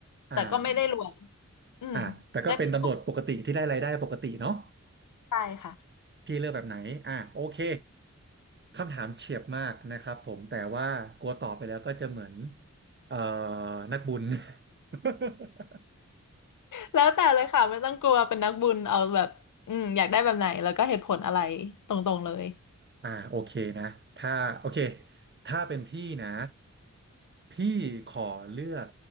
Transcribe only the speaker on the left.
แต่ก็ไม่ได้รวยอืม
ได้เงินปกติใช่ค่ะ
แล้วแต่เลยค่ะไม่ต้องกลัวเป็นนักบุญเอาแบบอืมอยากได้แบบไหนแล้วก็เหตุผลอะไรตรงๆเลย